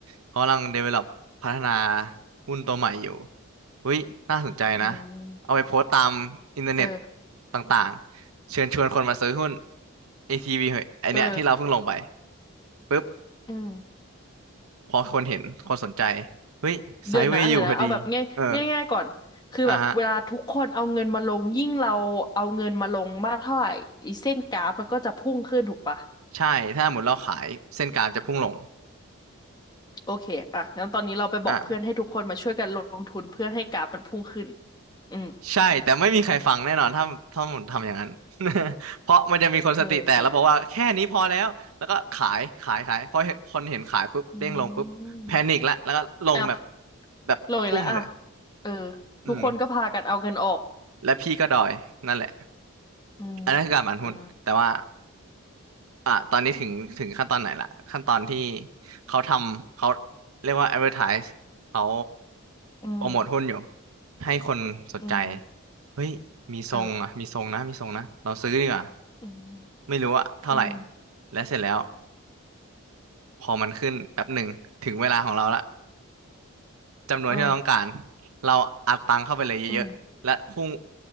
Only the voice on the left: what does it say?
อืม
เออ
เออ
อืม
เดือนนะเดี๋ยวนะเอาแบบง่ายง่ายง่ายก่อนคือแบบเวลาทุกคนเอาเงินมาลงยิ่งเราเอาเงินมาลงมากเท่าไหร่อีเส้นกราฟมันก็จะพุ่งขึ้นถูกปะ
โอเคอ่ะงั้นตอนนี้เราไปบอกเพื่อนให้ทุกคนมาช่วยกันลงทุนเพื่อให้กราฟมันพุ่งขึ้น
อืม
เออจริง
อืมอ้าว
ลงอีกแล้วอ่ะเออ
ทุกคนก็พากันเอาเงินออก
อืม
อ่า
อืม
อืม
เอออืม
อืม
เออ
อืม